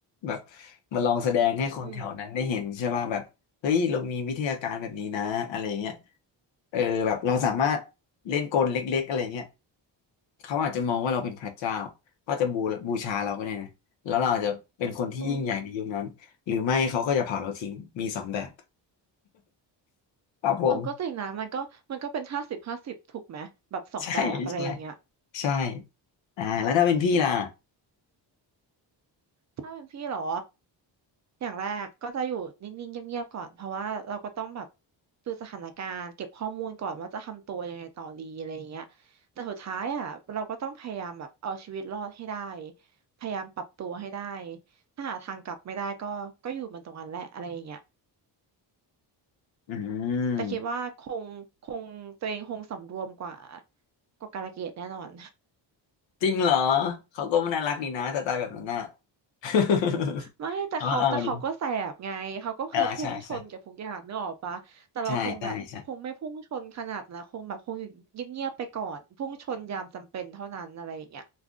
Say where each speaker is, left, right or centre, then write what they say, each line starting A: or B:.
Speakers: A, on the left; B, on the right.
A: แบบมาลองแสดงให้คนแถวนั้นได้เห็นใช่ป่ะแบบเฮ้ยเรามีวิทยาการแบบนี้นะอะไรเงี้ย
B: อืม
A: เออแบบเราสามารถเล่นกลเล็กๆอะไรเงี้ยเขาอาจจะมองว่าเราเป็นพระเจ้าก็จะบูบูชาเราก็ได้นะแล้วเราอาจจะเป็นคนที่ยิ่งใหญ่ในยุคนั้นหรือไม่เขาก็จะเผาเราทิ้งมีสองแบบ
B: โอ้
A: ครับผม
B: เออก็จริงนะมันก็มันก็เป็นห้าสิบห้าสิบถูกไหมแบบสองแบบอะไรอย่างเงี้ย
A: <laughs> ใช่ใช่ใช่อ่าแล้วถ้าเป็นพี่ล่ะ
B: ถ้าเป็นพี่เหรออย่างแรกก็จะอยู่นิ่งๆเงียบๆก่อนเพราะว่าเราก็ต้องแบบดูสถานการณ์เก็บข้อมูลก่อนว่าจะทำตัวยังไงต่อดีอะไรอย่างเงี้ยแต่สุดท้ายอ่ะเราก็ต้องพยายามแบบเอาชีวิตรอดให้ได้พยายามปรับตัวให้ได้ถ้าหาทางกลับไม่ได้ก็ก็อยู่มันตรงนั้นแหละอะไรอย่างเงี้ย
A: อืม
B: แต่คิดว่าคงคงตัวเองคงสำรวมกว่ากว่ากาลเกตแน่นอน
A: จริงเหรอเขาก็ไม่น่ารักดีนะแต่ตายแบบนั้นน่ะ <laughs>
B: ไม่แต่เขาแต่เขาก็แสบไงเขาก็คือพุ่งชนกับทุกอย่างนึกออกปะแต่เราคงแบบคงไม่พุ่งชนขนาดนะคงแบบคงอยู่เงียบๆไปก่อนพุ่งชนยามจำเป็นเท่านั้นอะไรอย่างเงี้ย
A: เอาเอาดิเออใช่ใช่ใช่ใช่ใช่